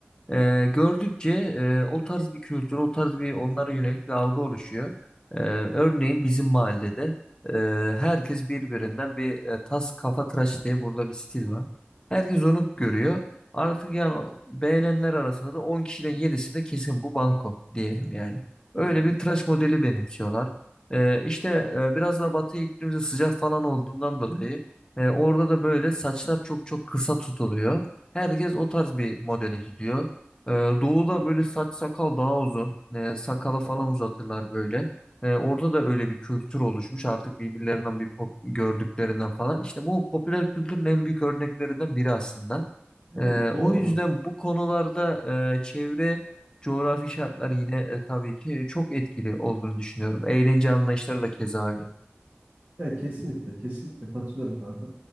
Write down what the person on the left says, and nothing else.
E, gördükçe e, o tarz bir kültür, o tarz bir onlara yönelik bir algı oluşuyor. E, örneğin bizim mahallede e, herkes birbirinden bir e, tas kafa tıraş diye burada bir stil var. Herkes onu görüyor. Artık yani beğenenler arasında da 10 kişiden yedisi de kesin bu banko diyelim yani. Öyle
bir tıraş modeli benimsiyorlar. Ee, işte e, biraz daha batıya gittiğimizde sıcak falan olduğundan dolayı e, orada da böyle saçlar çok çok kısa tutuluyor. Herkes o tarz bir modele gidiyor. Ee, doğuda böyle saç sakal daha uzun. Ee, sakala falan uzatırlar böyle. Ee, orada da öyle bir kültür oluşmuş. Artık birbirlerinden bir pop- gördüklerinden falan. İşte bu popüler kültürün en büyük örneklerinden biri aslında.
Ee, o
yüzden bu konularda e, çevre coğrafi şartlar yine e, tabii ki çok etkili olduğunu düşünüyorum. Eğlence anlayışları da keza öyle.